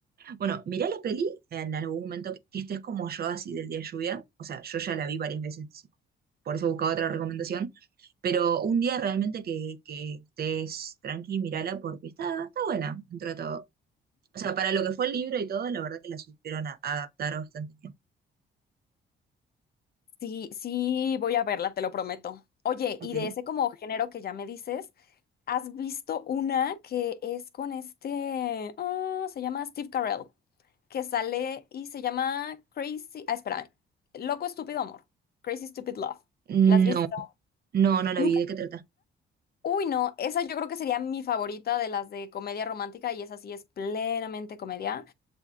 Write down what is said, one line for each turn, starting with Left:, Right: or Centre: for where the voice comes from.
Right: Bueno, mirá la peli en algún momento que, que estés como yo, así del día de lluvia. O sea, yo ya la vi varias veces, así, por eso buscaba otra recomendación. Pero un día realmente que, que estés tranqui, mírala porque está, está buena dentro de todo. O sea, para lo que fue el libro y todo, la verdad que la supieron a- adaptar bastante bien.
Left: Sí, sí, voy a verla, te lo prometo. Oye,
Right: Ok.
Left: y de ese como género que ya me dices, ¿has visto una que es con este, ah, se llama Steve Carell, que sale y se llama Crazy, ah, espérame, Loco Estúpido Amor, Crazy Stupid Love.
Right: Mm,
Left: ¿La has visto?
Right: No, no, no la
Left: Nunca.
Right: vi. ¿De qué trata?
Left: Uy, no, esa yo creo que sería mi favorita de las de comedia romántica y esa sí es plenamente comedia.